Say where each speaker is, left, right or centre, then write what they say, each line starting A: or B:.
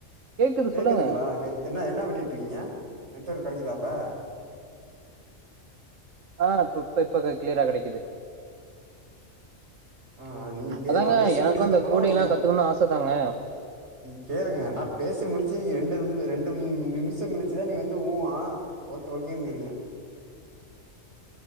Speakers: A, on the right; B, on the right.
A: கேக்குது
B: கேக்குதுங்ளா
A: சொல்லுங்க
B: கே என்னா என்னா பண்ணிட்ருக்கீங்க நெட்வொர்க் கெடைக்குதா இப்ப
A: ஆ இப்பப்ப இப்ப கிளியரா கெடைக்குது
B: ஆ ஆ நீங்க பே
A: அதாங்க
B: நா பேசி
A: எனக்கு
B: முடிதுக்கப்புறோ
A: அந்த கோடிங்லா
B: நீங்க
A: கத்துக்கணுனு ஆச தாங்க
B: நீ கேளுங்க நா பேசி முடிச்சு ரெண்டு நிம் ரெண்டு மூணு நிமிஷங் கழிச்சுதா நீங்க வந்து ஊ ஆ ஓகே ஓகேங்கிறீங்க